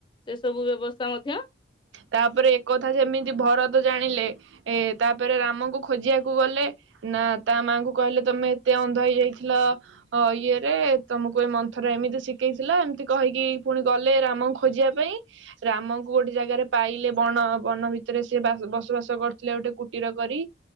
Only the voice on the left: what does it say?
ସେସବୁ ବ୍ୟବସ୍ଥା ମଧ୍ୟ